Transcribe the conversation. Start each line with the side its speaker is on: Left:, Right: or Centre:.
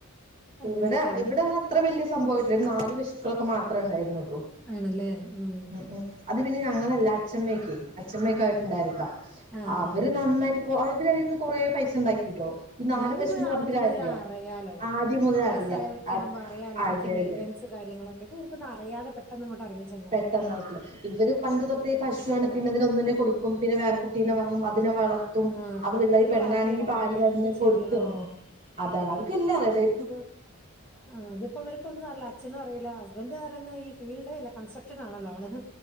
Right: ഇവടെ
Centre: അങ്ങനെയൊക്കെയാണ്
Right: ഇവടെ അങ്ങനെ അത്ര വല്യ സംഭവല്ല്യ ഒരു നാല് പശുക്കളൊക്കെ മാത്രേ ണ്ടായിരുന്നുള്ളൂ
Centre: ആണ് ല്ലേ ഉം
Right: ഉം അത് പിന്നെ ഞങ്ങളല്ല അഛമ്മക്ക് അച്ഛമ്മക്കായിട്ടുണ്ടായിര്ന്നതാ
Centre: ആഹ്
Right: അവര്
Centre: ആഹ്
Right: നന്നായിട്ട് <unintelligible> കൊറേ പൈസ ഉണ്ടാക്കിട്ടോ ഈ നാല്
Centre: ആ അത്
Right: പൈസന്ന്
Centre: പിന്നെ
Right: പറഞ്ഞിട്ട്
Centre: ആദ്യം
Right: കാര്യല്ല
Centre: മുതൽ അറിയാലോ
Right: ആദ്യം മുതൽ
Centre: വയസ്സയോർക്ക്
Right: അറിയ അ
Centre: ആകുമ്പോ അറിയാലോ എന്തൊക്കെ
Right: അതെ
Centre: ക്കെ മെയിന്റനൻസ്
Right: അതെ
Centre: കാര്യങ്ങളൊക്കെ ഇവര് ക്കൊന്ന അറിയാതെപെട്ടെന്ന് പെട്ടെന്ന് ഇറങ്ങി ചെന്ന
Right: പെട്ട ട്ടെന്ന് ആ ക്കും ഇവര്പൻ <unintelligible>
Centre: ആഹ്
Right: അത് വെള്ളായി
Centre: ഇവർക്ക്
Right: അതും പെണ്ണാണെങ്കിൽ
Centre: അറിയാം
Right: പാല്
Centre: എന്തൊക്കെ എങ്ങനെയൊക്കെ
Right: വന്ന് കൊടുത്തു
Centre: ചെയ്യണംന്ന്
Right: അതാണ് അവക്കല്ലാടതും
Centre: ഇ ആ അ <unintelligible> അപ്പ ഇവർക്കൊന്നും അല്ല അച്ഛനും അറിയില്ല ഹസ്ബന്റ് റയുന്ന ഈ ഫീൽഡേല്ല കസ്ട്രക്ഷൻ ആണല്ലോ അതും